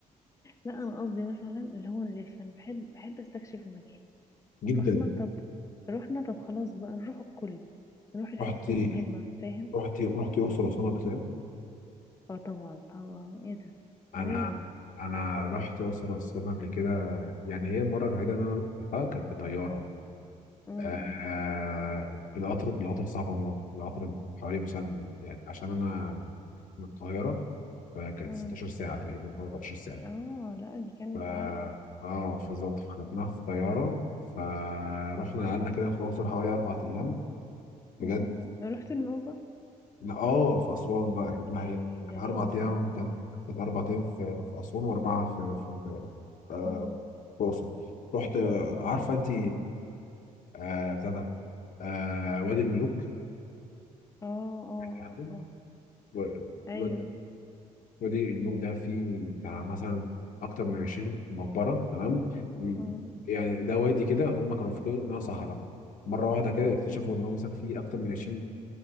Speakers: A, on the left (about 20°); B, on the left (about 65°).
A: لا انا قصدي مثلا اللي هو نلف انا بحب بحب استكشف المكان
B: جدا
A: رحنا طب رحنا طب خلاص بقى نروح الكل نروح الحتت
B: رحت
A: المهمة فاهم
B: رحت رحت الأقصر وأسوان قبل كده
A: اه طبعا طبعا ايه ده لازم
B: انا انا رحت اقصر واسوان قبل كده يعني هي المره الوحيده اللي انا رحتها كانت بطياره
A: م- م-
B: آه آه، القطر القطر صعب موت القطر من حوالي مثلا يعني عشان انا من القاهره فكانت
A: م.
B: 16 ساعه تقريبا او 14 ساعه
A: اه لا دي كانت
B: ف
A: علقة
B: اه بالظبط فخدناها في طياره فرحنا قعدنا كده في الاقصر حوالي اربع ايام بجد
A: م- م. رحت النوبة
B: لا اه في أسوان بقى ما
A: جميلة
B: هي هي أربع
A: جميلة
B: أيام كانت كانت أربع أيام في في أسوان وأربعة في في في آه،
A: اه
B: في الأقصر رحت آه،
A: اه
B: عارفة أنت آه، بتاع ده آه، وادي الملوك
A: اه اه
B: سمعت عنه؟
A: آه.
B: و-
A: ايوه
B: وادي وادي الملوك ده فيه بتاع مثلا أكتر من 20 مقبرة تمام م-
A: مم.
B: يعني ده وادي كده هم كانوا فاكرين إنها صحراء مرة واحدة كده اكتشفوا إنه مثلا فيه أكتر من 20